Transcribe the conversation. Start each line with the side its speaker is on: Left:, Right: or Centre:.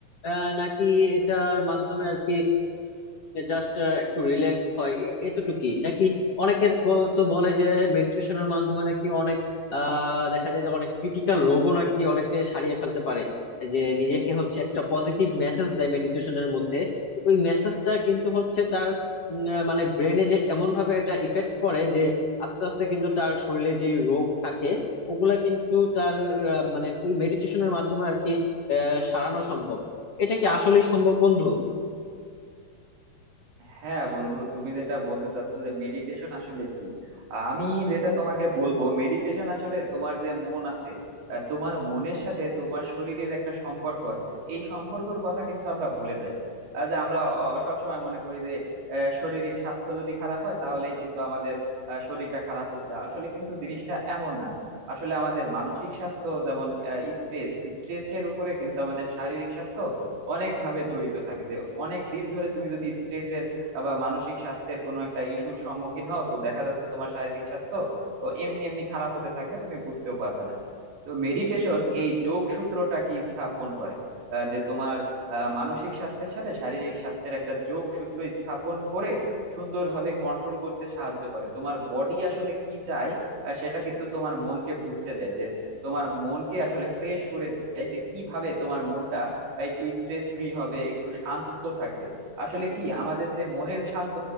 Left: আহ নাকি এটার মাধ্যমে আর কি জাস্ট একটু রিল্যাক্স হয় এ- এতটুকুই নাকি অনেকে ব- তো বলে যে মেডিটেশনের মাধ্যমে নাকি অনেক আহ দেখা যায় যে অনেক ক্রিটিক্যাল রোগও নাকি অনেকে সারিয়ে ফেলতে পারে যে নিজেকে হচ্ছে একটা পজিটিভ মেসেজ দেয় মেডিটেশনের মধ্যে ওই মেসেজটা কিন্তু হচ্ছে তার উম, আহ, মানে ব্রেনে যে এমন ভাবে এটা ইফেক্ট করে যে আস্তে আস্তে কিন্তু তার শরীরে যে রোগ থাকে ওগুলা কিন্তু তার আহ, মানে ওই মেডিটেশনের মাধ্যমে আর কি আহ, সারানো সম্ভব এটা কি আসলেই সম্ভব বন্ধু
Right: হ্যাঁ বন্ধু তুমি যেটা বলতে চাচ্ছ যে মেডিটেশন আসলে কি আমি যেটা তোমাকে বলবো মেডিটেশন আসলে তোমার যে মন আছে আহ, তোমার মনের সাথে তোমার শরীরের একটা সম্পর্ক আছে এই সম্পর্কের কথা কিন্তু আমরা ভুলে যাই আহ, যে আমরা সব সময় মনে করি যে আহ, শারীরিক স্বাস্থ্য যদি খারাপ হয় তাহলেই কিন্তু আমাদের আহ, শরীরটা খারাপ হচ্ছে আসলে কিন্তু জিনিসটা এমন না আসলে আমাদের মানসিক স্বাস্থ্য যেমন স্ট্রেস স্ট্রেসের উপরে কিন্তু আমাদের শারীরিক স্বাস্থ্য অনেক ভাবে জড়িত থাকে যে অনেক দিন ধরে তুমি যদি স্ট্রেসের বা মানসিক স্বাস্থ্যের কোনো একটা ইস্যুর সম্মুখীন হও তো দেখা যাচ্ছে তোমার শারীরিক স্বাস্থ্য ও এমনি এমনি খারাপ হতে থাকবে তুমি বুঝতেও পারবে না তো মেডিটেশন এই যোগসূত্রটা কি স্থাপন করে আহ, যে তোমার আহ, মানসিক স্বাস্থ্যের সাথে শারীরিক স্বাস্থ্যের একটা যোগসূত্র স্থাপন করে সুন্দরভাবে কন্ট্রোল করতে সাহায্য করে তোমার বডি আসলে কি চায় আহ, সেটা কিন্তু তোমার মনকে বুঝতে দেয় যে তোমার মনকে আসলে ফ্রেশ করে দেয় যে কিভাবে তোমার মনটা আহ, একটু স্ট্রেস ফ্রি হবে একটু শান্ত থাকবে আসলে কি আমাদের যে মনের শান্ত